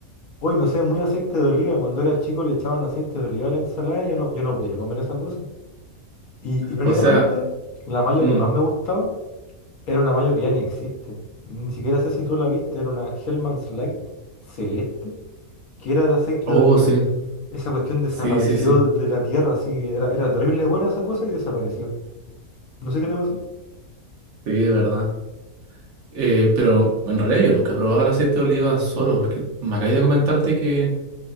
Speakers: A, on the left (about 75°); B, on the right (about 60°).
A: Hoy no sé, muy aceite de oliva. Cuando era chico le echaban aceite de oliva a la ensalada y yo no, yo no podía comer esa cosa. Y irónicamente,
B: O sea,
A: la mayo
B: mm,
A: que más me gustaba era una mayo que ya ni existe. Ni siquiera sé si tú la viste, era una Hellman's Light celeste que era de aceite
B: oh,
A: de oliva.
B: sí.
A: Esa cuestión desapareció
B: Sí, sí, sí.
A: de la tierra, así, era, era terrible buena esa cosa y desapareció. No sé qué le pasó.
B: Sí, es verdad. Eh, pero en realidad yo nunca he probado el aceite de oliva solo, porque me acabé de comentarte que